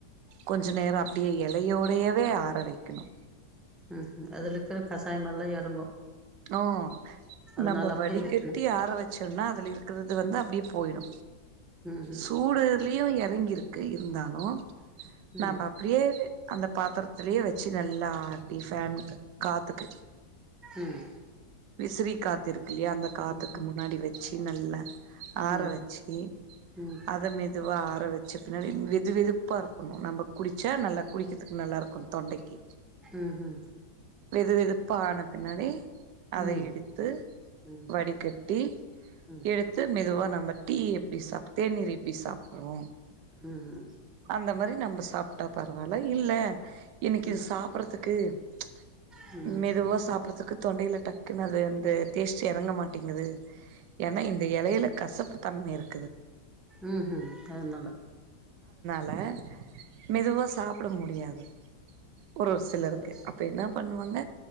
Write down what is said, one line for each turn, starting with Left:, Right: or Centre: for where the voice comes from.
Right: கொஞ்ச நேர அப் டியே எலையோடையவே ஆர வைக்கணு
Centre: ஹ் ஹு அதுல இர்க்கிற கசாயமெல்லா எறங்கு
Right: ஓ
Centre: அதனால
Right: நம்ப
Centre: அப்டியே
Right: வடிகட்டி
Centre: வைக்கணு
Right: ஆர வச்சோன்னா அதுல இருக்கறது வந்து அப்டியே போயிடு
Centre: ம்
Right: சூடுர்லியு எறங்கிருக்கு இருந்தாலு
Centre: ம்
Right: நம்ப அப்படியே அந்த பாத்தரத்திலேயே வச்சு நல்லா ஆட்டி ஃபேன் கா காத்துக்கு
Centre: ம்
Right: விசிரி காத்திரு இல்லையா அந்த காத்துக்கு
Centre: ம்
Right: முன்னாடி வச் சி நல்லா ஆற
Centre: ம்
Right: வச்சி
Centre: ம் ம்
Right: அத மெதுவா ஆற வச் ச்ச பின்னாடி வெது வெதுப்பா இருக்கணு நம்ப குடிச்சா நல்ல குடிக்கிதுக்கு நல்லாருக்கு தொண்டைக்கி
Centre: ம்ஹும்
Right: வெது வெதுப்பா ஆனா பின்னாடி அதை
Centre: ம்
Right: எடுத்து
Centre: ம்
Right: வடிகட்டி
Centre: ம்
Right: எடுத்து மெதுவா நம்ம டீ எப்டி சாப் தேநீர் எப்டி சாப் ஓ
Centre: ம்ஹும்
Right: அந்த மாரி நம்ப சாப் ட்டா பரவால்ல இல்ல இன்னைக்கு
Centre: ம்
Right: இது சாப்றதுக்கு ச்
Centre: ம்
Right: மெதுவா சாப்றதுக்கு தொண்டையில டக் குனு அது அந்த டேஸ்ட் எறங்க மாட்டேங்குது ஏனா இந்த எலையில கசப்பு தன்ம இருக்
Centre: உம் ஹும் அதுனால
Right: ல மெதுவா சாப் புட முடியாது ஒரு சிலருக்கு
Centre: சரி
Right: அப்ப என்ன பண்ணுவாங்க